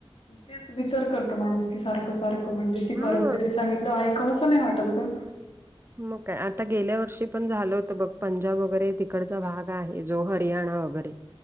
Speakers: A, on the left; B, on the right.
A: तेच विचार करत माणूस कि सारखं सारखं म्हणजे ती
B: हा
A: परतते सांगितलं ऐकसं नाही वाटल ग
B: मग काय आता गेल्या वर्षी पण झाल होतं बघ पंजाब वगैरे तिकडचा भाग आहे जो हरियाणा वगैर